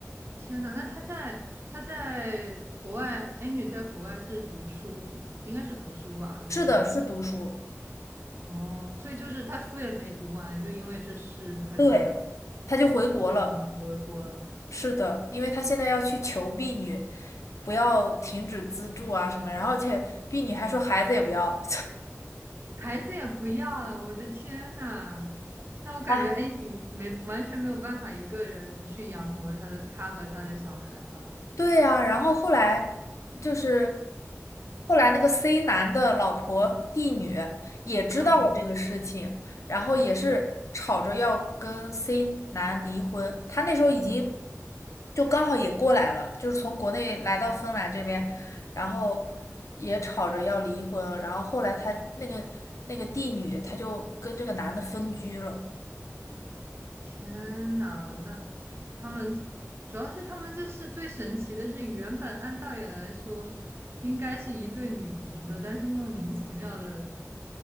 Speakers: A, on the right; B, on the left.
A: 天呐，那她在她在国外，A 女在国外是读书，应该是读书吧，如果要走
B: 是的，是读书，
A: 哦，所以就是她书也没读完，就因为这事，她就
B: 对，他就回国了，
A: 她就只能回国了。
B: 是的，因为他现在要去求婢女，不要停止资助啊什么，然后而且婢女还说孩子也不要了，
A: 孩子也不要了，我的天呐！那我感觉，
B: <laughs>
A: 哎，你没完全没有办法一个人去养活他的，他和他的小孩吧？
B: 对呀，然后后来就是后来那个 C 男的老婆 D 女也知道了这个事情，
A: 嗯，
B: 然后也是吵着要跟 C 男离婚。他那时候已经就刚好也过来了，就是从国内来到芬兰这边，然后也吵着要离婚。然后后来他那个那个 D 女，她就跟这个男的分居了。
A: 天呐，那他们主要是他们这是最神奇的是，原本按道理来说应该是一对女童的，但是莫名其妙的